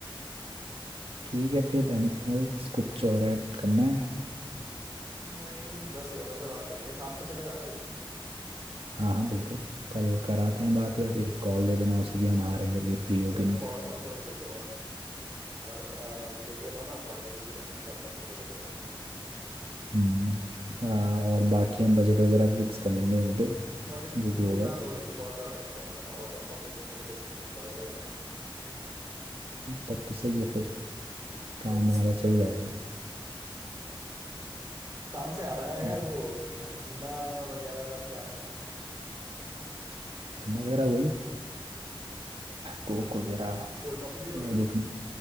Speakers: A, on the right; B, on the right.
A: ठीक है फिर Anything else कुछ और ऐड करना है
B: नहीं बस ओनर से बात करनी है साथ पे चलेगा ना तू
A: हाँ हाँ बिल्कुल कल कराते हैं बात या कि एक कॉल दे देना उसे कि हम आ रहे हैं करके फ्री
B: उसे
A: हो कि
B: अब
A: नहीं
B: कॉल तो मैं तुरंत कर लूंगा और अ, देख लेता हूँ ना अकॉर्डिंगली कि मैं कब अवेलेबल है वो
A: हम्म आ, और बाकी हम बजट वगैरह भी फिक्स कर लेंगे वहीं पे
B: बजट की
A: जो
B: तो
A: भी
B: मेरी
A: होगा
B: बात हो गई है बहुत ज्यादा नहीं जा रहा मतलब आउट ऑफ पॉकेट मुझे कुछ इतना ज्यादा वो नहीं करना है तो
A: तब तो सही है फिर काम
B: लेट्स
A: हमारा
B: सी
A: चल जाएगा
B: काम से याद आया यार
A: हम्म,
B: वो ठंडा वगैरह क्या रखना है
A: धरना वगैरह वही कोक वगैरह
B: कोल्ड कॉफी पियोगे
A: और जो